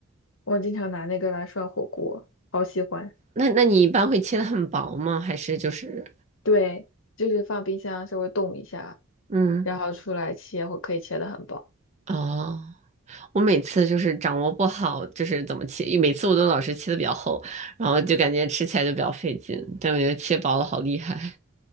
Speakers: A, on the left (about 65°); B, on the right (about 35°).
A: 我经常拿那个来涮火锅，好喜欢，
B: 那那你一般会切的很薄吗？还是就是
A: 对。就是放冰箱稍微冻一下，
B: 嗯
A: 然后出来切会可以切的很薄
B: 哦，我每次就是掌握不好，就是怎么切，每次我都老是切的比较厚，然后就感觉吃起来就比较费劲。但我觉得切薄了好厉害。